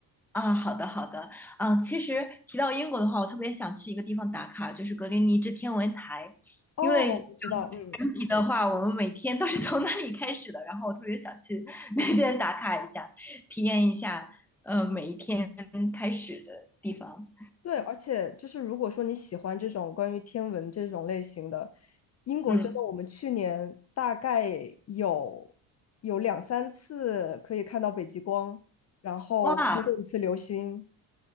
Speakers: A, in the centre; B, on the left (about 35°).
A: 啊。好的好的，啊，其实提到英国的话，我特别想去一个地方打卡，就是格林尼治天文台，
B: 哦，
A: 因为
B: 我知道，嗯，
A: 的话，我们每天都是从那里开始的。然后我特别想去那边打卡一下，体验一下，呃，每一天开始的地方。
B: 对，而且就是如果说你喜欢这种关于天文这种类型的，英国真的，
A: 嗯，
B: 我们去年大概有有两三次可以看到北极光，然后看过一次流星。
A: 哇，